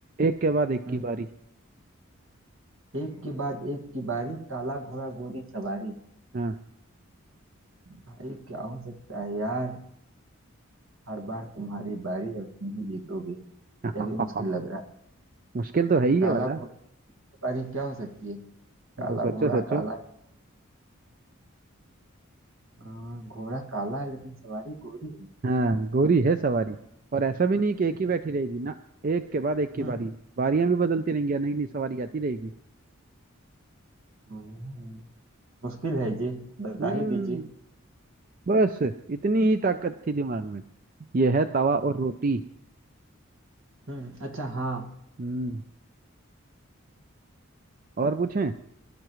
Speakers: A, on the right; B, on the right.
A: एक के बाद एक
B: हम्म
A: की बारी
B: एक के बाद एक की बारी काला घोड़ा गोरी सवारी
A: हाँ
B: भाई क्या हो सकता है यार हर बार तुम्हारी बारी और तुम ही जीतोगे
A: <laughs>
B: यह भी मुश्किल लग रहा है
A: मुश्किल तो है ही
B: काला
A: ये वाला
B: घोड़ा की बारी क्या हो सकती है काला
A: वो सोचो
B: घोड़ा
A: सोचो
B: काला हाँ, घोड़ा काला है लेकिन सवारी गोरी है
A: हाँ गोरी है सवारी और ऐसा भी नहीं कि एक ही बैठी रहेगी ना एक के बाद एक की
B: हम्म
A: बारी बारियां भी बदलती रहेंगी और नई नई सवारी आती रहेगी
B: हम्म, हम्म। मुश्किल है जी बता
A: हम्म
B: ही दीजिए
A: बस इतनी ही ताकत थी दिमाग में ये है तवा और रोटी
B: हम्म अच्छा हाँ
A: हम्म और पूछें